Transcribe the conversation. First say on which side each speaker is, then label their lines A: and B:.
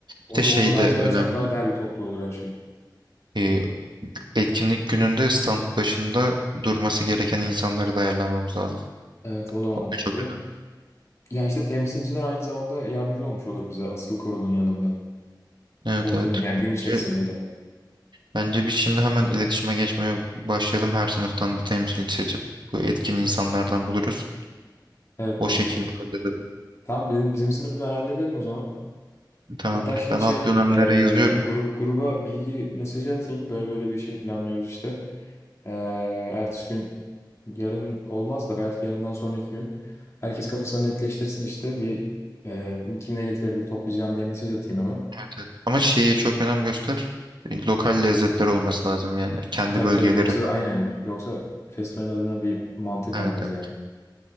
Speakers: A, on the left; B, on the right.
A: Onu
B: Bir de şey
A: onu bence
B: de
A: yapsak
B: önemli.
A: daha değerli toplu olur her şey.
B: Ee, etkinlik gününde stand başında durması gereken insanları da ayarlamamız lazım.
A: Evet o da mantıklı.
B: O da çok önemli.
A: Ya işte temsilciler aynı zamanda yardımcı olmuş olur bize asıl kurulun yanında.
B: Evet
A: O
B: evet.
A: gün yani gün içerisinde
B: Bence,
A: de.
B: bence biz şimdi hemen iletişime geçmeye başlayalım. Her sınıftan bir temsilci seçip bu etkin insanlardan buluruz.
A: Evet
B: O
A: mantıklı.
B: şekilde halledelim.
A: Tamam bizim, bizim sınıfı ben hallederim o zaman.
B: Tamamdır.
A: Hatta şimdi
B: Ben
A: şey
B: alt
A: yapayım.
B: dönemlere
A: ee,
B: yazıyorum.
A: grup gruba bilgi mesajı atayım. Böyle böyle bir şey planlıyoruz işte. Ee, ertesi gün Yarın olmaz da belki yarından sonraki gün herkes kafasını netleştirsin işte bir e, kimle getirebilir toplayacağım diye mesaj atayım hemen.
B: Evet, evet. Ama şeyi çok önem göster. Lokal lezzetler olması lazım yani. Kendi
A: Tabii
B: bölgelerin.
A: tabii yoksa aynen yoksa festivalin adına bir mantık
B: Evet,
A: almaz
B: evet.
A: yani.